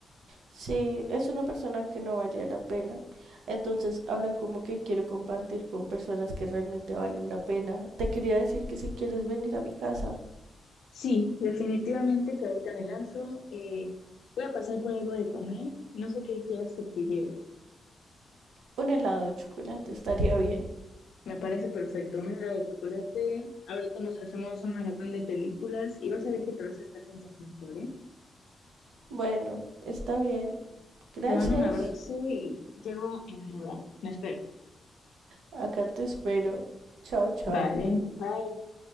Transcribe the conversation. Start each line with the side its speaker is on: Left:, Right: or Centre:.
Right: Sí, es una persona que no valía la pena. Entonces, ahora como que quiero compartir con personas que realmente valen la pena. Te quería decir que si quieres venir a mi casa,
Left: Sí, definitivamente que ahorita me lanzo. eh, voy a pasar por algo de comer. No sé qué quieras que te lleve.
Right: un helado de chocolate estaría bien.
Left: Me parece perfecto. Un helado de chocolate. Ahorita nos hacemos un maratón de películas y vas a ver que te vas a estar sintiendo mejor, ¿eh?
Right: Bueno, está bien. Gracias.
Left: Te mando un abrazo y llego en nada. Me esperes.
Right: Acá te espero. Chao, chao.
Left: Vale, bye.